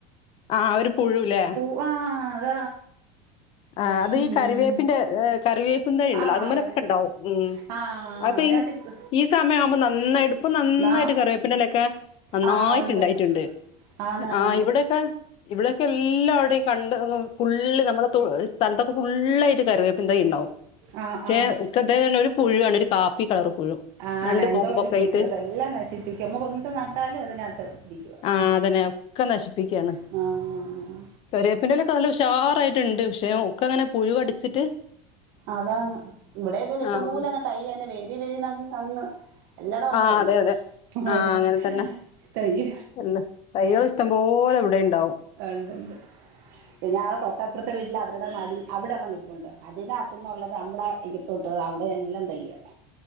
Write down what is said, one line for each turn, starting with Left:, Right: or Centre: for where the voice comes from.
Left: ആ ആഹ് ഒരു പുഴുലെ?
Right: വാ അതാ
Left: ആ അതീ
Right: ഉം
Left: കറിവേപ്പിന്റെ കറിവേപ്പും തൈ ണ്ടല്ലോ
Right: ആ
Left: അത് മ്മലെക്കെണ്ടാവും
Right: കറി
Left: ഉം.
Right: ആ
Left: അപ്പൊ
Right: അതിനകത്ത്
Left: ഈ
Right: ഇപ്പ
Left: ഈ സമയം ആവുമ്പോ നന്നായിട്ട് പ്പൊ നന്നായിട്ട്
Right: ആ
Left: കറിവേ പ്പി ന്റെലയൊക്കെ നന്നായിറ്റ്ണ്ടായിട്ട്ണ്ട്
Right: ആ ഉണ്ട് ആന്നാന്നാന്ന്
Left: ആഹ് ഇവിടൊക്കെ ഇവിടെക്കെ എല്ലാ അവിടേം കണ്ട ഫുള്ള് നമ്മളെ തോ സ്ഥലത്തൊക്കെ ഫുുള്ളായിട്ട് കറിവേ പിന്തെയ്യ്ണ്ടാവും.
Right: ആ
Left: ക്ഷെക്കെതന്നെ
Right: ആ
Left: ഒരു പുഴു ആണ് ഒര് കാപ്പി കളറ് പുഴു.
Right: ആഹ്
Left: രണ്ട്
Right: എന്തോ
Left: കൊമ്പൊക്കെ
Right: ഒരു പുഴു.
Left: ആയിട്ട്
Right: അതെല്ലാം നശിപ്പിക്കും. മ്മക്കെന്ത്‌ നട്ടാലും അതിനാത്ത് പിടിക്കുവ.
Left: ആഹ് അതന്നെ ക്കെ നശിപ്പിക്കാണ്.
Right: ആ ആ ആ അഹ്
Left: കര്യേപ്പിന്റെലക്കെ നല്ല ഉഷാറായിട്ട്ണ്ട്. പക്ഷേ ഒക്കെങ്ങനെ പുഴു കടിച്ചിട്ട്
Right: അതാന്ന്, ഇവിടെ അതുപോലെ ഇഷ്ടം
Left: ആ
Right: പോലെ അങ്ങ് തയ്യന്റെ വേരി വെരിന്നങ് തങ്ങ് എല്ലടോ അങ്ങ്
Left: ആഹ്
Right: തയ്യ
Left: അതെ അതെ
Right: വടെ
Left: ആഹ് അങ്ങനെ തന്നെ
Right: തയ്യ.
Left: എല്ല തൈകൾ ഇഷ്ടം പോലെ ഇവിടെയും ണ്ടാവും
Right: അ ണ്ട്ണ്ട് പിന്നെ അവ്ടെ അപ്രത്തെ വീട്ട്ലെ അവരുടെ മതിൽ അവിടെ വന്നിപ്പുണ്ട് അതിനകത്തു ന്നുള്ളത് നമ്മടെ ഇയ്യത്തോട്ട് അവിടെയെ ല്ലാം തയ്യ. <inaudible>